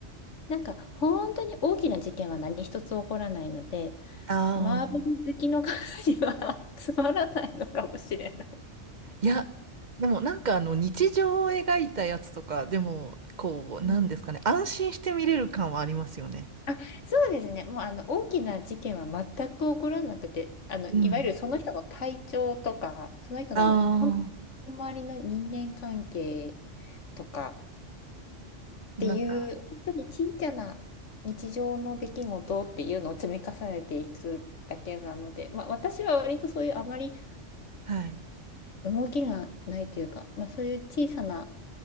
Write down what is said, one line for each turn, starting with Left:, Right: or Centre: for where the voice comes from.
Left: なんか本当に大きな事件は何一つ起こらないので、
Right: あ
Left: マーベル好きの方には
Right: あ。
Left: <laughs> つまらないのかもしれない。
Right: いや、でもなんかあの日常を描いたやつとか、でもこう、
Left: うん
Right: なんですかね、安心して見れる感はありますよね。
Left: あ、そうですね。もうあの大きな事件は全く起こらなくて、あのいわゆるその人の体調とか、
Right: うんん。
Left: その人の本
Right: ああ
Left: 当に周りの人間関係とかっていう、
Right: ー、なんか、
Left: 本当に小さな日常の出来事っていうのを積み重ねていくだけなので、まあ、私は割とそういうあまり
Right: はい。
Left: 動きがないというか、まあ、そういう小さな